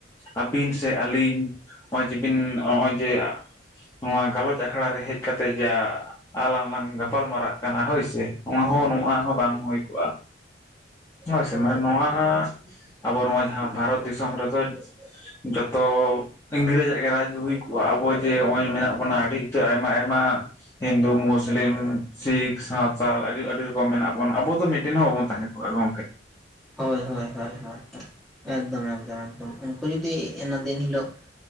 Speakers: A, on the left; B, in the centre.
A: ᱟᱹᱵᱤᱱ ᱥᱮ ᱟᱹᱞᱤᱧ ᱱᱚᱜᱼᱚᱭ ᱡᱮ ᱵᱤᱱ ᱱᱚᱜᱼᱚᱭ ᱡᱮᱼᱼ ᱱᱚᱣᱟ ᱜᱟᱞᱚᱪ ᱟᱠᱷᱲᱟ ᱨᱮ ᱦᱮᱡ ᱠᱟᱛᱮᱜ ᱡᱟ ᱟᱞᱟᱝ ᱞᱟᱝ ᱜᱟᱯᱟᱞ ᱢᱟᱨᱟᱜ ᱠᱟᱱᱟ ᱦᱳᱭ ᱥᱮ᱾ ᱱᱚᱣᱟ ᱦᱚᱸ ᱱᱚᱣᱟ ᱦᱚᱸ ᱵᱟᱝ ᱦᱩᱭ ᱠᱚᱜᱼᱟ ᱦᱳᱭ ᱥᱮ ᱢᱟᱱᱮ ᱱᱚᱣᱟᱼᱼ ᱟᱵᱚ ᱱᱚᱣᱟ ᱡᱟᱦᱟᱸ ᱵᱷᱟᱨᱚᱛ ᱫᱤᱥᱚᱢ ᱨᱮᱫᱚᱼᱼ ᱡᱚᱛᱚ ᱤᱝᱨᱮᱡ ᱟᱜ ᱜᱮ ᱨᱟᱡᱽ ᱦᱩᱭ ᱠᱚᱜᱼᱟ ᱟᱵᱚᱼᱼ ᱡᱮ ᱱᱚᱜ ᱚᱭ ᱢᱮᱱᱟᱜ ᱵᱚᱱᱟ ᱟᱹᱰᱤ ᱩᱛᱟᱹᱨ ᱟᱭᱢᱟ ᱟᱭᱢᱟ ᱦᱤᱱᱫᱩ ᱢᱩᱥᱞᱤᱢ, ᱥᱤᱠᱷ ᱥᱟᱶᱛᱟᱞ ᱟᱹᱰᱤ ᱟᱹᱰᱤ ᱨᱚᱠᱚᱢ ᱢᱮᱱᱟᱜ ᱵᱚᱱᱟ ᱟᱵᱚ ᱫᱚ ᱢᱤᱫᱽᱴᱮᱱ ᱦᱚᱸ ᱵᱟᱵᱚᱱ ᱛᱟᱦᱮᱸ ᱠᱚᱜᱼᱟ ᱜᱚᱝᱠᱮ᱾
B: ᱦᱳᱭ ᱦᱳᱭ ᱦᱳᱭ ᱦᱳᱭ ᱮᱠᱫᱚᱢ ᱮᱠᱫᱚᱢ ᱮᱠᱫᱚᱢ ᱩᱱᱠᱩ ᱡᱩᱫᱤ ᱮᱱᱟ ᱫᱤᱱ ᱦᱤᱞᱳᱜ᱾